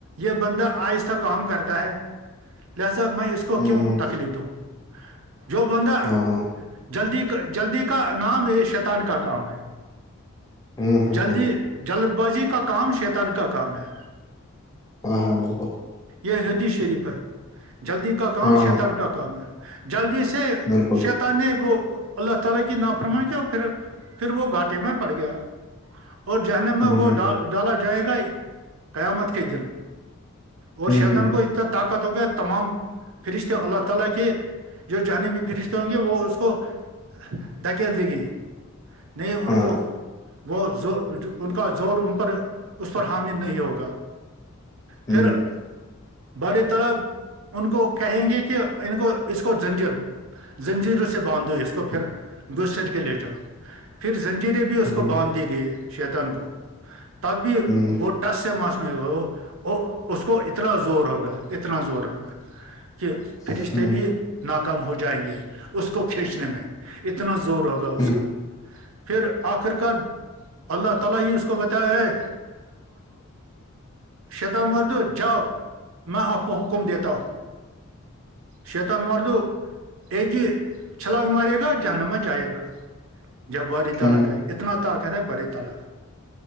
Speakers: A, on the right (about 65°); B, on the left (about 15°).
A: یہ بندہ آہستہ کام کرتا ہے لہذا میں اس
B: ہوں
A: کو کیوں تکلیف دوں جو بندہ
B: ہاں ہاں
A: جلدی کا جلدی کا نام یہ شیتان کا کام ہے
B: ہوں ہوں
A: جلدی
B: ہوں
A: جلد بازی کا کام شیتان کا کام ہے
B: ہاں ہاں بالکل
A: یہ حدی شریف ہے جلدی کا کام
B: ہاں
A: شیتان
B: ہاں
A: کا کام ہے جلدی سے
B: بالکل
A: شیت ت نہیں وہ اللہ تال کی نفرم کیا پھر پھر وہ گھاٹے میں پڑ گیا اور جہنم میں
B: ہوں
A: وہ
B: ہوں ہوں
A: ڈالا جائے گا قیامت کے دن اور
B: ہوں
A: شیتان
B: ہوں
A: کو اتنا طاقت ہوگیا تمام رشتے اللہ تعالی کے جو جان گے وہ اس کو <unintelligible> دھکیل دی گئی نہیں ان
B: ہاں
A: کو وہ ز ان کا زور ان پر اس پر حامل نہیں ہوگا
B: ہوں
A: پھر بار طلب ان کو کہیں گے کہ ان کو اس کو جنجر زنجیروں سے باندھو اس کو پھر گس کے لے جاؤ پھر زنجیرے بھی اس
B: ہوں
A: کو باندھ دی گئی ہے شیطان کو تب بھی
B: ہوں
A: وہ ٹس سے مس وہ اس کو اتنا زور ہوگا اتنا زور ہوگا کہ فرشست
B: ہوں
A: بھیی ن کم ہو جائیں گے اس کو کھینچنے میں اتنا زور ہوگا
B: ہوں
A: اس کا پھر آخرکار <unintelligible> اللہ تعالی ہی اس کو بتایا ہے شط مردو جاؤ میں آپ کو حکم دیتا ہوں شتان مار دو <unintelligible> ایک ہی چھلاگ مارے گا جہانا مت جائے گا جب بری تالق
B: ہوں
A: ہے اتنا طاقت ہے بری تالق